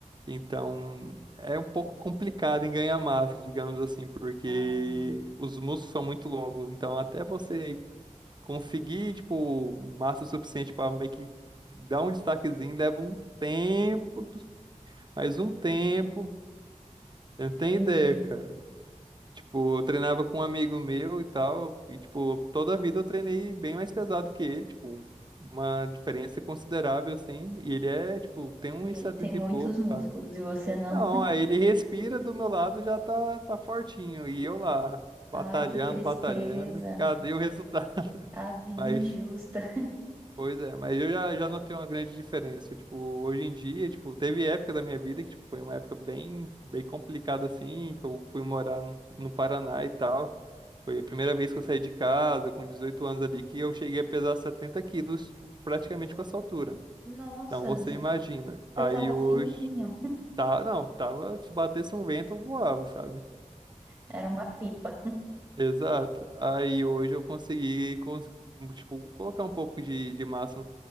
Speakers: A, on the right (about 35°); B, on the right (about 15°).
A: Então, é um pouco complicado em ganhar massa, digamos assim, porque
B: Ah,
A: os músculos são muito longos. Então, até você conseguir, tipo, massa suficiente para meio que dar um destaquezinho leva um tempo, dos- mais um tempo. Eu não tenho
B: entendi.
A: ideia, cara. Tipo, eu treinava com um amigo meu e tal, e, tipo, toda a vida eu treinei bem mais pesado que ele, tipo, uma diferença considerável, assim, e ele é, tipo, tem uns
B: E ele
A: 70
B: tem muitos
A: e pouco,
B: músculos
A: sabe?
B: e você não.
A: Não, aí ele respira do meu lado já tá, tá fortinho, e eu lá, batalhando,
B: Ai, que tristeza.
A: batalhando, cadê o resultado? <laughs>
B: A vida
A: Mas
B: injusta.
A: Pois é, mas eu já, já notei uma grande diferença. Tipo, hoje em dia, tipo, teve época da minha vida que tipo, foi uma época bem, bem complicada, assim, que eu fui morar no, no Paraná e tal. Foi a primeira vez que eu saí de casa, com 18 anos ali, que eu cheguei a pesar 70 quilos, tipo, praticamente com essa altura.
B: Nossa,
A: Então, você imagina. Aí
B: você tava
A: hoje,
B: fininho.
A: tá, não, tava, se batesse um vento, eu voava, sabe?
B: Era uma pipa.
A: Exato. Aí hoje eu consegui, cons- tipo, colocar um pouco de, de massa,